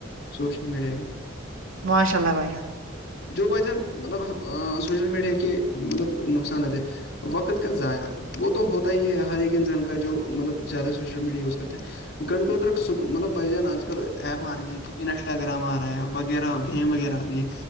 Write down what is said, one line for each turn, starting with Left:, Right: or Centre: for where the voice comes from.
Left: سوشل میڈیا کے
Right: ماشاء اللہ بھائی
Left: جو بھائی جان مطلب سوشل میڈیا کے مطلب نقصانات ہے وقت کا ضائع وہ تو ہوتا ہی ہے ہر ایک انسان کا جو مطلب زیادہ سو جو میڈیا یوز کرتے ہیں گھٹوں تک مطلب بھائی جان آج کل ایپ آ رہی ہے کہ انسٹاگرام آ رہا ہے وغیرہ گیم وغیرہ آ رہی ہے